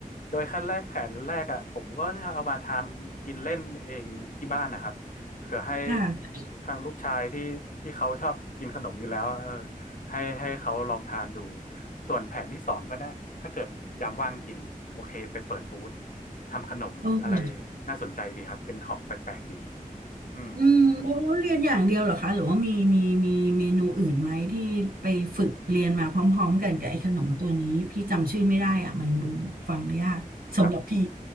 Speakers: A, on the left; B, on the right.
A: โดยขั้นแรกแผนแรกอ่ะผมก็จะเอามาทำกินเล่นเองที่บ้านนะครับเผื่อให้
B: ค่ะ
A: ทางลูกชายที่ที่เขาชอบกินขนมอยู่แล้วเออให้ให้เขาลองทานดูส่วนแผนที่สองก็นะถ้าเกิดยามว่างจริงโอเคไปเปิดบูธทำขนมอะไร
B: โอเค
A: น่าสนใจดีครับเป็นของแปลกๆดีอืม
B: อืมแล้วเรียนอย่างเดียวเหรอคะหรือว่ามีมีมีเมนูอื่นไหมที่ไปฝึกเรียนมาพร้อมๆกันกับไอ้ขนมตัวนี้พี่จำชื่อไม่ได้อ่ะมันดูฟังยากสำหรับพี่
A: ครับ